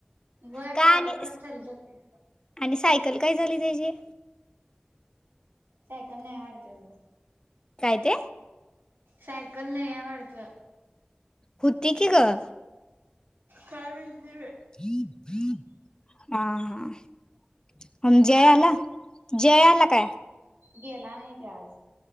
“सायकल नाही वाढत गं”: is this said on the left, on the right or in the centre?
Right